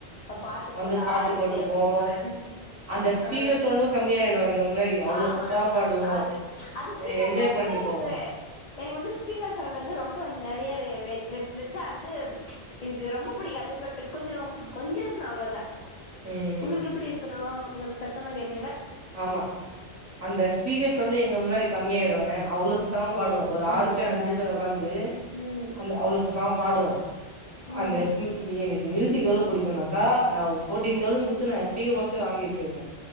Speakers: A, on the left; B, on the right.
A: அத பாட்
B: வந்து
A: போட
B: பாட்டு
A: ஆடிட்டு
B: போட்டுப்போ
A: எப்டி போறது
B: அந்த ஸ்பீக்கர்
A: அ
B: சவுண்டு கம்மியாயிடு எங்க முன்னாடி அவ்ளோ
A: ஆமால்னா
B: சத்தமா பாடுவோ
A: அது அது ஸ்பீக்கர்
B: எ என்ஜாய்
A: சவுண்ட்
B: பண்ட்டு
A: கூட எனக்கு
B: போவோ
A: எனக்கு வந்து ஸ்பீக்கர் சவுண்ட் வந்து ரொம்ப நெறைய வெ வெச் வெச் வெச்சா வந்து எனக்கு ரொம்ப புடிக்காது பட் கொஞ்ச கொஞ்ச இருக்குணு அவ்ளதா
B: ம்
A: உங்களுக்கு எப்டி இருக்குணு உங்களுக் சத்தமா கேக்
B: ஆமா அந்த ஸ்பீக்கர்ஸ் வந்து எங்க முன்னாடி கம்மியாயிடுன அவ்ளோ சத்தமா
A: ஓ
B: பாடுவோ
A: அப்டி
B: ஒரு ஆறு
A: கேப்பீங்களா
B: பேர் அஞ்சு பேர் ஒக்காந்து
A: ம்
B: அந் அவ்ளோ சத்தமா பாடுவோ
A: ம்
B: அந்த சிங்கிவினக்கு மியூசிக் எவ்ளோ புடிக்குன்னாக்க நா ஒரு ஃபோட்டீன் தௌசண்ட் குத்து நா ஸ்பீக்கர் மௌவ்ஸே வாங்கிட் ச்சிருக்கே